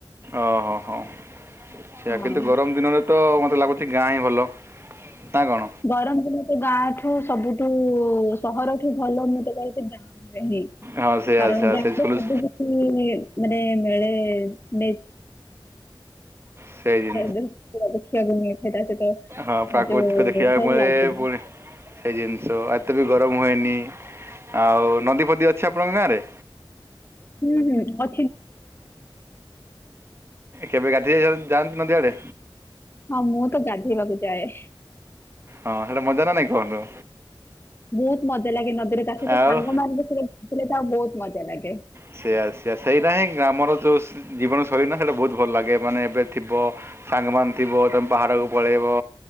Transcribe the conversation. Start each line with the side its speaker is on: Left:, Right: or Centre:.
Right: ଓହୋ ହୋ ସେଇଆ
Left: ହଁ
Right: କିନ୍ତୁ ଗରମ ଦିନରେ ତ ମତେ ଲାଗୁଛି ଗାଁ ହିଁ ଭଲ। ନା କ'ଣ
Left: ଗରମ ଦିନ ତ ଗାଁଠୁ ସବୁଠୁ ସହରଠୁ ଭଲ ମୁଁ ତ କହିବି ଗାଁ ନେହି
Right: ହଁ ସେଇଆ
Left: କାରଣ
Right: ସେଇଆ
Left: ଗାଁ
Right: ସେଇ ସ୍କୁଲ୍
Left: ରେ ସବୁ କିଛି ମାନେ ମିଳେ ନେ।
Right: ସେଇ
Left: ଦୃଶ୍ୟ ଦେଖିବାକୁ ମିଳିଥାଏ ତା ସହିତ
Right: ହଁ ପ୍ରାକୃତିକ
Left: ଯୋଉ
Right: ଦେଖିବା
Left: ଭଲ
Right: ମିଳେ
Left: ଲାଗେ
Right: ପୁଣି ସେଇ ଜିନିଷ ଏତେ ବି ଗରମ ହୁଏନି ଆଉ ନଦୀ, ଫଦୀ ଅଛି ଆପଣଙ୍କ ଗାଁରେ
Left: ହୁଁ ହୁଁ। ଅ
Right: କେବେ ଗାଧେଇ ଯାଆନ୍ତି ନଦି ଆଡେ?
Left: ହଁ ମୁଁ ତ ଗାଧେଇବାକୁ ଯାଏ।
Right: ହଁ ହେଟା ମଜା ନା ନାଇଁ କୁହନ୍ତୁ?
Left: ବହୁତ ମଜା ଲାଗେ ନଦୀରେ ତା ସହିତ
Right: ଆଉ
Left: ସାଙ୍ଗମାନେ ବି ଥିଲେ ସାଥିରେ ବହୁତ ମଜା ଲାଗେ।
Right: ସେଇଆ ସେଇଆ ସେଇରା ହିଁ ଗ୍ରାମର ଯୋଉ ଜୀବନ ଶୈଳୀ ନା ସେଇଟା ବହୁତ ଭଲ ଲାଗେ ମାନେ ଏବେ ଥିବ। ସାଙ୍ଗମାନ ଥିବ ତମେ ପାହାଡକୁ ପଳେଇବ।